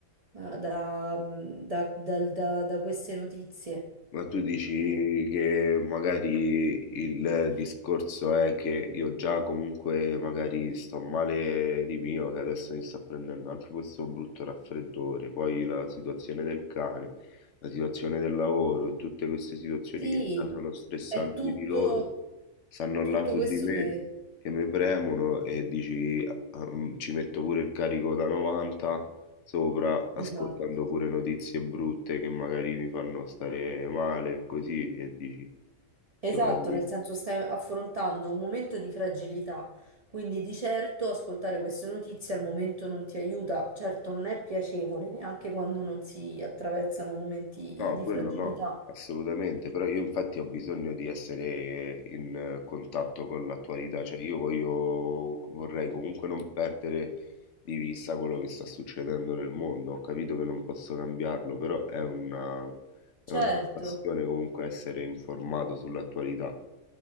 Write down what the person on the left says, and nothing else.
Ma tu dici
che magari il discorso è che io già comunque magari sto male di mio, che adesso mi sta prendendo anche questo brutto raffreddore, poi la situazione del cane, la situazione del lavoro e tutte queste situazioni
che già sono stressanti
di loro, stanno
là su
di me,
che mi premono e dici ah, mm, ci metto pure il carico da 90 sopra, ascoltando
pure notizie brutte che magari mi fanno stare male e così, e dici
dovrei...
No,
quello
no, assolutamente, però io infatti ho bisogno di essere eh, in eh, contatto con l'attualità, cioè io voglio, vorrei comunque non perdere di vista quello che sta succedendo nel mondo, ho capito che non posso cambiarlo, però è una, è una
passione comunque essere informato sull'attualità.